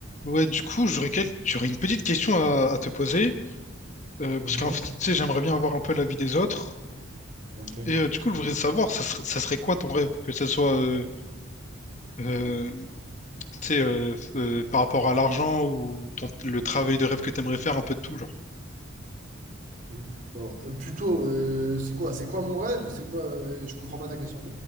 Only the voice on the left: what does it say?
Ouais, du coup, j'aurais quel- j'aurais une petite question à, à te poser, euh,
parce qu'en fait, tu sais, j'aimerais bien avoir un peu l'avis des autres.
Et euh, du coup, je voudrais savoir, ça, ser- ça serait quoi ton rêve? Que ce soit, euh, euh, tu sais, euh, euh, par rapport à l'argent ou ton- le travail de rêve que t'aimerais faire, un peu de tout, genre.